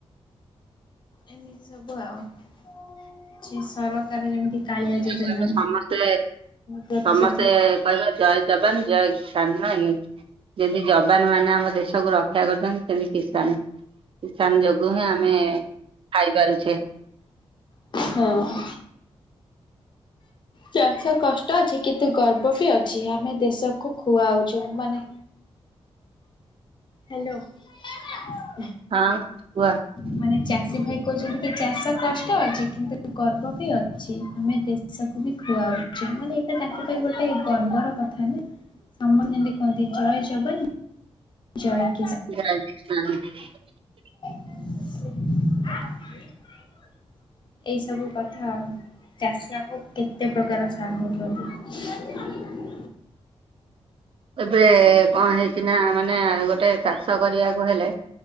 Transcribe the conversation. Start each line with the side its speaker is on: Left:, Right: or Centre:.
Left: ଏମିତି ସବୁ ଆଉ ଛି ସରକାର ଯେମିତି କାଳିଆ
Right: ସେଇଯୋଗୁ
Left: ଯୋଜନା
Right: ଆମେ ସମସ୍ତେ
Left: ଋଣ ପ୍ରତିଶୋଧ
Right: ସମସ୍ତେ କହିବା ଜୟ ଯବାନ ଜୟ କିଶାନ । ନାକି ଯେମିତି ଯବାନ ମାନେ ଆମ ଦେଶକୁ ରକ୍ଷା କରିଚନ୍ ସେମିତି କିଷାନ କିଷାନ ଯୋଗୁ ହିଁ ଆମେ ଖାଇପାରୁଛେ ।
Left: ହଁ । ଚାଷ କଷ୍ଟ ଅଛି କିନ୍ତୁ ଗର୍ବ ବି ଅଛି ଆମେ ଦେଶକୁ ଖୁଆଉଚୁ ମାନେ ହ୍ୟାଲୋ <inaudible>
Right: ହଁ କୁହ ।
Left: ମାନେ ଚାଷୀ ଭାଇ କହୁଛନ୍ତି କି ଚାଷ କଷ୍ଟ ଅଛି କିନ୍ତୁ ଗର୍ବ ବି ଅଛି ଆମେ ଦେଶକୁ ବି ଖୁଆଉଚୁ । ମାନେ ଏଇଟା ତାଙ୍କ ପାଇଁ ଗୋଟେ ଗର୍ବର କଥା ନା ଆମର ଯେମିତି କୁହନ୍ତି ଜୟ ଜବାନ ଜୟ
Right: <unintelligible>
Left: ଏଇ ସବୁ କଥା ଆଉ। ଚାଷୀ ଆମକୁ କେତେ ପ୍ରକାର ସାହା ହଉଛନ୍ତି।
Right: ଏବେ କଣ ହେଇକିନା ମାନେ ଗୋଟେ ଚାଷ କରିବାକୁ ହେଲେ